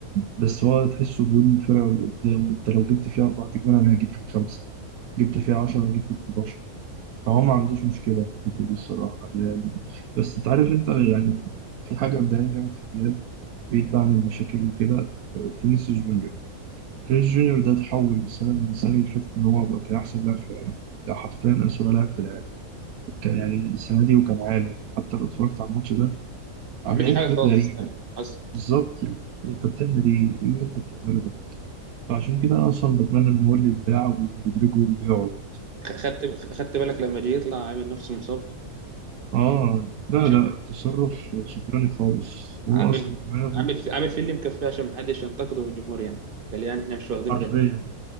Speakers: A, on the right; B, on the right.
A: بس هو تحسه بيقول للفرقة اللي قدام أنت لو جبت فيها أربع تجوان أنا هجيب فيك خمسة جبت فيها 10 هجيب فيك فهو ما عندوش مشكلة في الحتة دي الصراحة يعني بس أنت عارف أنت يعني في حاجة مضايقاني جامد في الريال بعيد بقى عن المشاكل وكده فينيسيوس جونيور فينيسيوس جونيور ده اتحول السنة من السنة اللي فاتت إن هو بقى كان أحسن لاعب في العالم ده حرفيا أسوأ لاعب في العالم كان يعني السنة دي وكان عالي حتى لو اتفرجت على الماتش ده عم
B: ما عملش
A: بيعمل
B: حاجة
A: حاجات
B: خالص
A: غريبة
B: يعني. حصل
A: بالظبط يعني أنت بتعمل إيه؟ إيه اللي أنت بتعمله ده؟ فعشان كده أنا أصلا بتمنى إن هو اللي يتباع ورودريجو اللي يقعد
B: خدت خدت بالك لما جه يطلع عامل نفسه مصاب
A: اه لا
B: <laughs> عشان
A: لا تصرف سكراني خالص هو
B: عامل
A: اصلا دماغه
B: عامل عامل فيلم مكفيه عشان محدش ينتقده من الجمهور يعني قال يعني احنا مش واخدين
A: حرفيا
B: بالنا